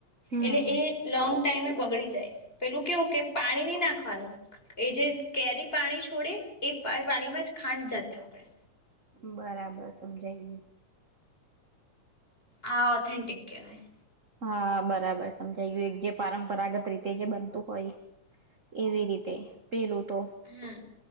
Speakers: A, on the right; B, on the left.
A: હમ
B: એટલે એ લોંગ ટાઈમે બ બગળી જાય પેલું કેવું કે પાણી નહી નાખવાનું એ જે કેરી પાણી છોડે એ પાણીમાં જ ખાંડ જાતે ઓગળે.
A: બરાબર સમજાયું.
B: આ ઓથેન્ટિક કેવાય.
A: હા બરાબર સમજાય ગયું એક જે પરંપરાગત રીતે જે બનતું હોય એવી રીતે. પેલું તો.
B: હમ